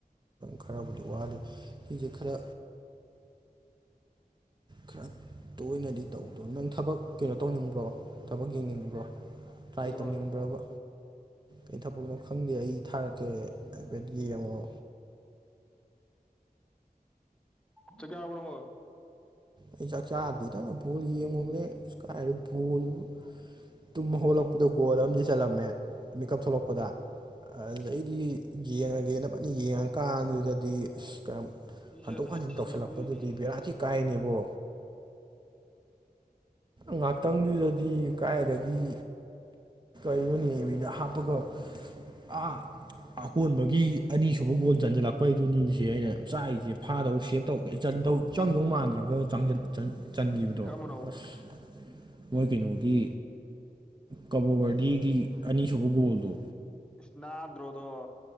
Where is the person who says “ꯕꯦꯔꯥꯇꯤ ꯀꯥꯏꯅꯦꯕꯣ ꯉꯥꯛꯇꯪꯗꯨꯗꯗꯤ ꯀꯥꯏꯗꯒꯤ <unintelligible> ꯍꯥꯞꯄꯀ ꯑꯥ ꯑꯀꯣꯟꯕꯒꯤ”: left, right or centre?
Right